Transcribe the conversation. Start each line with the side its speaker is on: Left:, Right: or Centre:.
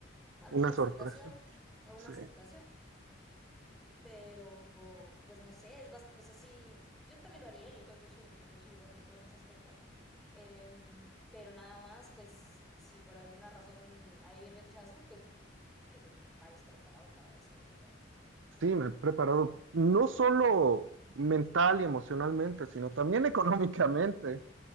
Centre: para
Right: una
Centre: una
Right: sorpresa.
Centre: aceptación o una
Right: Sí,
Centre: aceptación. pero pues no sé, es bast o sea, sí, yo también lo haría, yo, ta- yo, soy, yo soy igual que tú en ese aspecto, em, pero nada más, pues si por alguna razón hay rechazo, pues que se vayas preparado para eso, o sea,
Right: sí, me he preparado no solo mental y emocionalmente, sino también <laughs> económicamente.